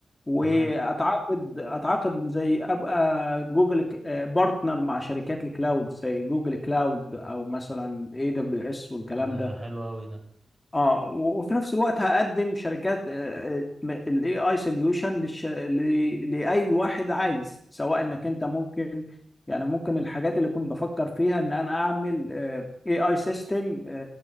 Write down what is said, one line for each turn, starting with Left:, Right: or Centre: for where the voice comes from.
Left: واتعاقد
Right: تمام
Left: اتعاقد زي ابقى جوجل بارتنر مع شركات الكلاود زي جوجل كلاود او مثلا اي دبليو اس والكلام
Right: ده
Left: ده
Right: حلو اوي ده
Left: اه و- وفي نفس الوقت هقدم شركات الاي اي سوليوشن لاي واحد عايز سواء انك انت ممكن يعني ممكن الحاجات اللي كنت بفكر فيها ان انا اعمل اي اي سيستم